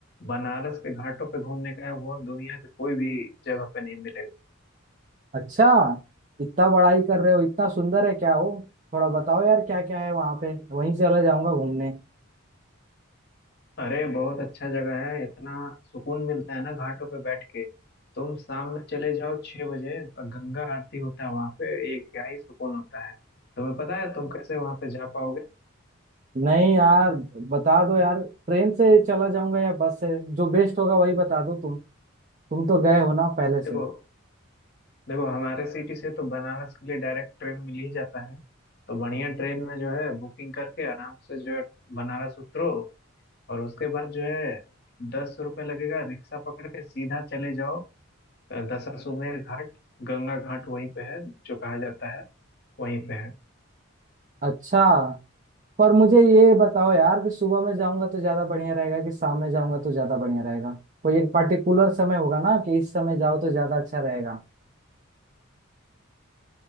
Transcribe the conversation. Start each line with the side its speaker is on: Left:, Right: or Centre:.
Left: बनारस के घाटों पे घूमने का है वो दुनिया के कोई भी जगह पे नहीं मिलेगा
Right: अच्छा इतना बड़ाई कर रहे हो इतना सुंदर है क्या हो थोड़ा बताओ यार क्या क्या है वहाँ पे वहीं चला जाऊंगा घूमने
Left: अरे बहुत अच्छा जगह है इतना सुकून मिलता है ना घाटों पे बैठ के तुम शाम में चले जाओ छह बजे और गंगा आरती होता है वहां पे एक क्या ही सुकून होता है तुम्हें पता है तुम कैसे वहां पे जा पाओगे
Right: नहीं यार बता दो यार ट्रेन से चला जाऊंगा या बस से जो बेस्ट होगा वही बता दो तुम तुम तो गए हो ना पहले से
Left: देखो देखो हमारे सिटी से तो बनारस के लिए डायरेक्ट ट्रेन मिल ही जाता है तो बढ़िया ट्रेन में जो है बुकिंग करके आराम से जो है बनारस उतरो और उसके बाद जो है दस रुपये लगेगा रिक्शा पकड़ के सीधा चले जाओ अ, दशाश्वमेध घाट गंगा घाट वहीं पे है जो कहा जाता है वहीं पे है
Right: अच्छा पर मुझे ये बताओ यार कि सुबह में जाऊंगा तो ज्यादा बढ़िया रहेगा कि शाम में जाऊंगा तो ज्यादा बढ़िया रहेगा कोई एक पर्टिकुलर समय होगा ना कि इस समय जाओ तो ज्यादा अच्छा रहेगा